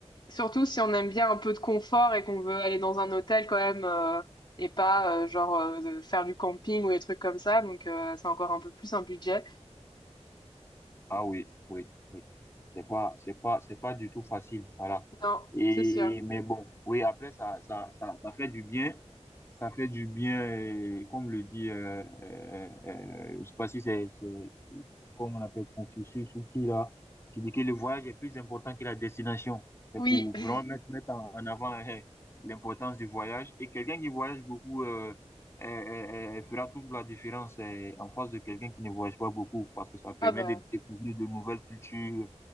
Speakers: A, on the left (about 40°); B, on the left (about 25°).
A: surtout si on aime bien un peu de confort et qu'on veut aller dans un hôtel quand même euh, et pas euh, genre euh, de faire du camping ou des trucs comme ça. Donc euh, c'est encore un peu plus un budget.
B: Ah oui, oui, oui. C'est pas, c'est pas, c'est pas du tout facile. Voilà.
A: Non,
B: Et,
A: c'est sûr.
B: mais bon, oui, après, ça, ça, ça, ça fait du bien. Ça fait du bien, et comme le dit, euh, euh, euh, je sais pas si c'est, c'est, comme on appelle Confucius ou qui là, qui dit que le voyage est plus important que la destination. C'est
A: Oui.
B: pour vraiment
A: <laughs>
B: mettre, mettre en, en avant euh, l'importance du voyage. Et quelqu'un qui voyage beaucoup euh, euh, euh, euh, fera toujours la différence euh, en face de quelqu'un qui ne voyage pas beaucoup, parce que ça permet
A: Ah bah.
B: de découvrir de nouvelles cultures.